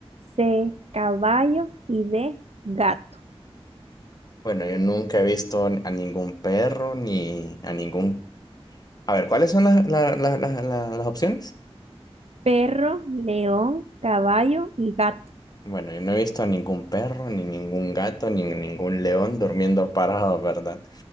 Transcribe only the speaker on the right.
C, caballo y D, gato.
Perro, león, caballo y gato.